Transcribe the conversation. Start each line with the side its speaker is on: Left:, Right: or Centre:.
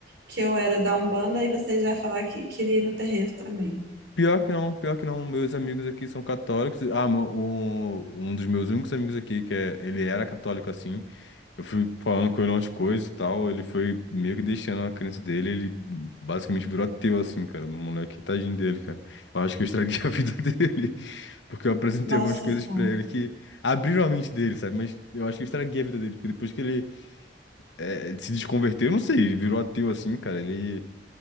Right: que eu era da Umbanda, aí você já ia falar que queria ir no terreiro também.
Left: Pior que não, pior que não. Meus amigos aqui são católicos. Ah, mo- o- um dos meus únicos amigos aqui, que é, ele era católico assim. Eu fui falando com ele umas coisas e tal. Ele foi meio que deixando a crença dele. Ele basicamente virou ateu, assim, cara. O Moleque, tadinho dele, cara. Eu acho que eu estraguei <laughs> a vida dele. Porque eu apresentei
Right: Nossa
Left: algumas coisas
Right: só.
Left: pra ele que abriram a mente dele, sabe? Mas eu acho que eu estraguei a vida dele. Porque depois que ele eh, se desconverteu, eu não sei, ele virou ateu assim, cara. Ele